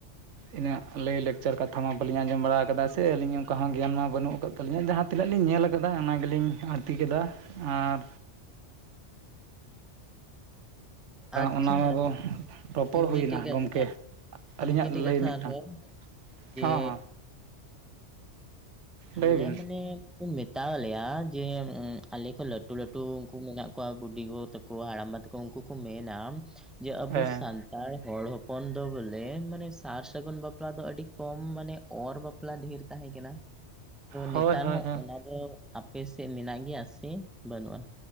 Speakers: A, on the right; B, in the centre.
A: ᱤᱱᱟᱹᱜ ᱞᱟᱹᱭ ᱞᱮᱠᱪᱟᱨ ᱠᱟᱛᱷᱟ ᱠᱟᱛᱷᱟ ᱢᱟ ᱵᱟᱹᱞᱤ ᱟᱸᱡᱚᱢ ᱵᱟᱲᱟ ᱟᱠᱟᱫᱟ ᱥᱮ ᱟᱹᱞᱤᱧ ᱚᱱᱠᱟ ᱦᱚᱸ ᱜᱮᱭᱟᱱ ᱢᱟ ᱵᱟᱹᱱᱩᱜ ᱟᱠᱟᱫ ᱛᱟᱹᱧ ᱡᱟᱦᱟᱸ ᱛᱱᱟᱹᱜ ᱞᱤᱧ ᱧᱮᱞ ᱟᱠᱟᱫᱟ ᱚᱱᱟ ᱜᱮᱞᱤᱧ ᱛᱤ ᱠᱮᱫᱟ ᱟᱨ
B: ᱟᱪᱪᱷᱟ
A: ᱚᱱᱟ ᱢᱟᱵᱚ ᱨᱚᱯᱚᱲ
B: ᱢᱤᱴᱤᱡ
A: ᱦᱩᱭᱱᱟ
B: <unintelligible>
A: ᱜᱚᱢᱠᱮ ᱟᱹᱞᱤᱧᱟᱜ
B: ᱦᱮᱸ ᱢᱤᱫᱴᱮᱡ ᱠᱟᱛᱷᱦ
A: ᱞᱟᱹᱭ ᱢᱤᱫᱴᱟᱝ
B: ᱟᱨᱦᱚᱸ ᱡᱮᱼ
A: ᱦᱚᱸ ᱦᱚᱸ
B: ᱟᱞᱮ
A: ᱞᱟᱹᱭ ᱵᱤᱱ
B: ᱢᱟᱱᱮ ᱠᱚ ᱢᱮᱛᱟᱞᱮᱭᱟ ᱡᱮ ᱟᱞᱮ ᱠᱚ ᱞᱟᱴᱩ ᱞᱴᱩ ᱩᱱᱠᱩ ᱢᱮᱱᱟᱜ ᱠᱚ ᱵᱩᱰᱤ ᱜᱚ ᱛᱟᱠᱚ ᱦᱟᱲᱟᱢ ᱵᱟ ᱛᱟᱠᱚ ᱩᱱᱠᱩ ᱠᱚ ᱢᱮᱱᱟ ᱡᱮ ᱟᱵᱚ
A: ᱦᱮᱸ
B: ᱥᱟᱱ ᱼᱼ ᱛᱟᱨ ᱦᱚᱲ ᱦᱚᱯᱚᱱ ᱫᱚ ᱵᱚᱞᱮ ᱢᱟᱱᱮ ᱥᱟᱨ ᱥᱟᱹᱜᱩᱱ ᱵᱟᱯᱞᱟ ᱫᱚ ᱟᱹᱰᱤ ᱠᱚᱢ ᱢᱟᱱᱮ ᱚᱨ ᱵᱟᱯᱞᱟ ᱰᱷᱮᱨ ᱛᱟᱦᱮᱸ ᱠᱟᱱᱟ ᱛᱚ
A: ᱦᱳᱭ
B: ᱱᱮᱛᱟᱨ
A: ᱦᱳᱭ
B: ᱦᱚᱸ
A: ᱦᱳᱭ
B: ᱚᱱᱟ ᱫᱚ ᱟᱯᱮᱥᱮᱫ ᱢᱮᱱᱟᱜ ᱜᱮᱭᱟ ᱥᱮ ᱵᱟᱹᱱᱩᱜᱼᱟ?